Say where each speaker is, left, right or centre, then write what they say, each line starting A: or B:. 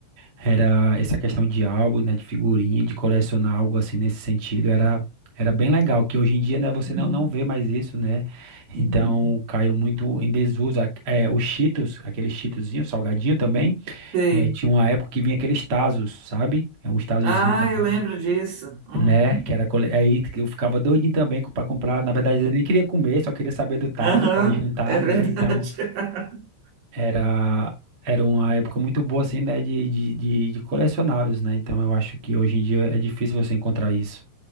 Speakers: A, on the right (about 35°); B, on the right (about 80°).
A: era essa questão de álbum, né, de figurinha, de colecionar algo assim nesse sentido, era era bem legal, que hoje em dia, né, você não,
B: uhum,
A: não vê mais isso, né?
B: uhum.
A: Então caiu muito em desuso. A- É, os Cheetos, aquele Cheetozinho salgadinho também.
B: Sei.
A: é, tinha uma época que vinha aqueles Tazos, sabe? É um Tazozinho
B: Ah,
A: também.
B: eu lembro disso. Uhum.
A: Né? Que era cole- aí que eu ficava doidinho também para comprar. Na verdade, eu nem queria comer, só queria saber do taso
B: Aham,
A: para juntar,
B: é verdade.
A: né? Então
B: <laughs>
A: era era uma época muito boa assim, né? De, de, de, de colecionáveis, né? Então eu acho que hoje em dia é difícil você encontrar isso.